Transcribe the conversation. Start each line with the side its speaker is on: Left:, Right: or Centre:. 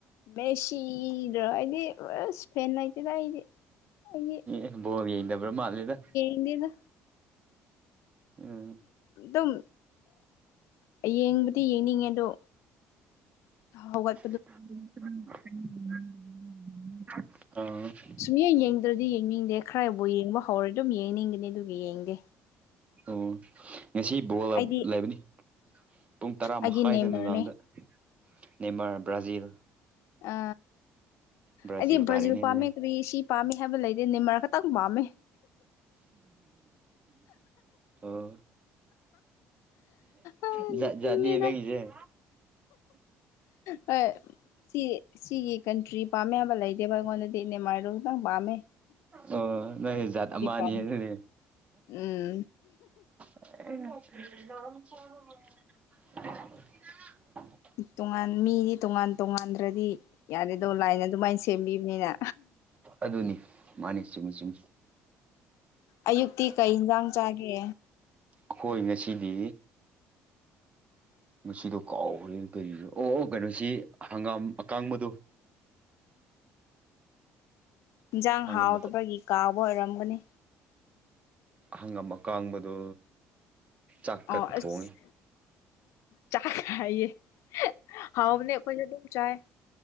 Left: ꯃꯦꯁꯤꯗ꯭ꯔꯣ ꯑꯩꯗꯤ ꯑꯁ ꯐꯦꯟ ꯂꯩꯇꯦꯗ ꯑꯩꯗꯤ ꯑꯩꯗꯤ
Right: ꯑꯦ ꯕꯣꯜ ꯌꯡꯗꯕ꯭ꯔꯥ ꯃꯥꯜꯂꯦꯗ
Left: ꯌꯦꯡꯗꯦꯗꯥ
Right: ꯎꯝ
Left: ꯑꯗꯨꯝ ꯌꯦꯡꯕꯗꯤ ꯌꯦꯡꯅꯤꯡꯉꯦ ꯑꯗꯣ ꯍꯧꯒꯠ
Right: <inaudible>
Left: ꯁꯨꯡꯌꯦ ꯌꯦꯡꯗ꯭ꯔꯗꯤ ꯌꯦꯡꯅꯤꯡꯗꯦ ꯈꯔꯕꯨ ꯌꯦꯡꯕ ꯍꯧꯔꯗꯤ ꯑꯗꯨꯝ ꯌꯦꯡꯅꯤꯡꯒꯅꯤ ꯑꯗꯨꯒꯤ ꯌꯦꯡꯗꯦ
Right: ꯑꯣ ꯉꯁꯤ ꯕꯣꯜ
Left: ꯑꯩꯗꯤ
Right: ꯂꯩꯕꯅꯤ ꯄꯨꯡ ꯇꯔꯥ
Left: ꯑꯩꯒꯤ
Right: ꯃꯈꯥꯏꯗ
Left: ꯅꯦꯃꯔꯅꯦ
Right: ꯅꯨꯡꯗꯥꯡꯗ ꯅꯦꯃꯥꯔ ꯕ꯭ꯔꯥꯖꯤꯜ
Left: ꯑ
Right: ꯕ꯭ꯔꯥꯖꯤꯜ
Left: ꯑꯩꯗꯤ ꯕ꯭ꯔꯖꯤꯜ
Right: ꯇꯥꯔꯦꯅꯦ
Left: ꯄꯥꯝꯃꯦ
Right: ꯑꯗꯨꯗꯤ
Left: ꯀ꯭ꯔꯤ ꯁꯤ ꯄꯥꯝꯃꯤ ꯍꯥꯏꯕ ꯂꯩꯗꯤ ꯅꯤꯃꯔ ꯈꯇꯪ ꯄꯥꯝꯃꯤ
Right: ꯑꯣ
Left: ꯑ
Right: ꯥꯖꯥꯠ
Left: ꯅꯣꯛꯅꯤꯡꯉꯦꯗ
Right: ꯖꯥꯠ ꯅꯤꯌꯦ ꯅꯪꯒꯤꯖꯦ <inaudible>
Left: ꯍꯣꯏ ꯁꯤ ꯁꯤꯒꯤ ꯀꯟꯇ꯭ꯔꯤ ꯄꯥꯝꯃꯦ ꯍꯥꯏꯕ ꯂꯩꯇꯦꯕ ꯑꯩꯉꯣꯟꯗꯗꯤ ꯅꯦꯃꯥꯔꯗꯨ ꯈꯇꯪ ꯄꯥꯝꯃꯦ
Right: ꯑꯣ ꯅꯣꯏꯖꯥꯠ
Left: ꯑꯗꯨꯗꯤ
Right: ꯑꯃꯅꯤ
Left: ꯄꯥꯝꯃꯦ
Right: ꯑꯗꯨꯅꯦ
Left: ꯎꯝ
Right: <inaudible>
Left: ꯇꯣꯉꯥꯟ ꯃꯤꯗꯤ ꯇꯣꯉꯥꯟ ꯇꯣꯉꯥꯟꯗ꯭ꯔꯗꯤ ꯌꯥꯗꯦꯗꯣ ꯂꯥꯏꯅ ꯑꯗꯨꯃꯥꯏ ꯁꯦꯝꯕꯤꯕꯅꯤꯅ
Right: ꯑꯗꯨꯅꯤ ꯃꯥꯅꯤ ꯆꯨꯝꯃꯤ ꯆꯨꯝꯃꯤ
Left: ꯑꯌꯨꯛꯇꯤ ꯀꯩ ꯍꯤꯟꯖꯥꯡ ꯆꯥꯒꯦ
Right: ꯑꯈꯣꯏ ꯉꯁꯤꯗꯤ ꯉꯁꯤꯗꯣ ꯀꯥꯎꯒ꯭ꯔꯦ ꯇꯩꯖꯤꯕꯣ ꯑꯣ ꯑꯣ ꯀꯩꯅꯣꯁꯤ ꯍꯪꯒꯥꯝ ꯑꯀꯥꯡꯕꯗꯣ
Left: ꯏꯪꯖꯥꯡ
Right: ꯍꯪꯒꯥꯝ
Left: ꯍꯥꯎꯗꯕꯒꯤ ꯀꯥꯎꯕ ꯑꯣꯏꯔꯝꯒꯅꯤ
Right: ꯍꯪꯒꯝ ꯑꯀꯥꯡꯕꯗꯣ ꯆꯥꯛꯖ
Left: ꯑꯣ
Right: ꯊꯣꯡꯉꯦ
Left: ꯑꯁ <unintelligible> ꯍꯥꯎꯕꯅꯦ ꯑꯈꯣꯢꯖꯨ ꯑꯗꯨꯝ ꯆꯥꯢ